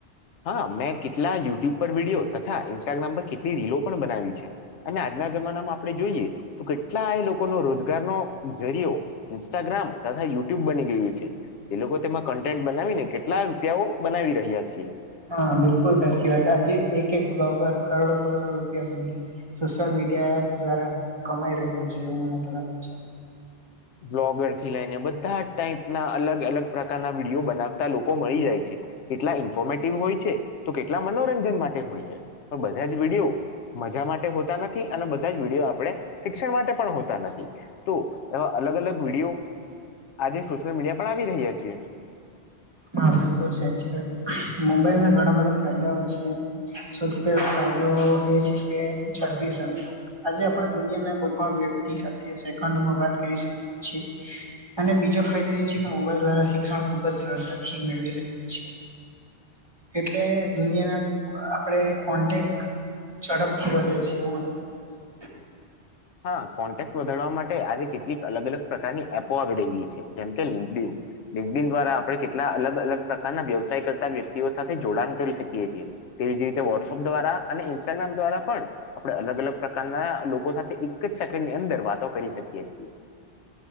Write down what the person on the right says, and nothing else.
હા બિલકુલ સાચી વાત આજે એક એક બ્લોગર કરોડો- કરોડો રૂપિયા સુધી સોશિયલ મીડિયા વિદ્વારા કમાઈ રહ્યો છે એવું મને તો લાગે છે.
હા બિલકુલ, સાચી વાત મોબાઈલમાં ઘણા બધા ફાયદાઓ છે, સૌથી પહેલો ફાયદો એ છે કે ઝડપી સંપર્ક. આજે આપણા દુનિયાના કોઈ પણ વ્યક્તિ સાથે સેકન્ડમાં વાત કરી શકીએ છીએ. અને બીજા જે ફાયદા છે કે મોબાઈલ દ્વારા શિક્ષણ ખુબ જ સરળતાથી મેળવી શકે છે. એટલે દુનિયાના આપણેે કોન્ટેક. ઝડપ થી વધે છે, એવું મને લાગે છે.